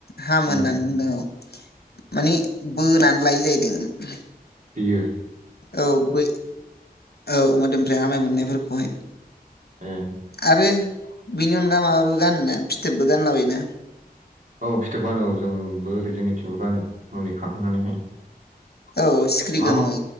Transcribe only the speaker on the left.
हामो होननानै
बुंदों औ माने बोनानै लायो जाहैदों
औ बै औ मोदोमनिफ्राय आमाय मोननायफोरखौहाय।
आरो बेनि अनगा माबाबो गानोना फिथोबबो गानलाबायोना
औ सिख्रि
गोमोन